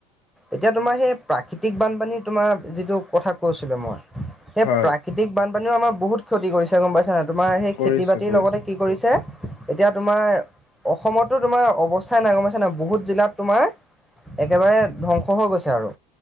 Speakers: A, in the centre; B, on the left.
A: এতিয়া তোমাৰ সেই প্ৰাকৃতিক বানপানী তোমাৰ যিটো কথা কৈছিলো মই। সেই
B: হয়
A: প্ৰাকৃতিক বানপানীও আমাৰ বহুত ক্ষতি কৰিছে গম পাইছা নাই তোমাৰ সেই
B: কৰিছো
A: খেতি বাতিৰ
B: কৰিছো
A: লগতে কি কৰিছে। এতিয়া তোমাৰ, অসমতো তোমাৰ অৱস্থাই নাই গম পাইছা নাই বহুত জিলাত তোমাৰ একেবাৰে ধ্বংস হৈ গৈছে আৰু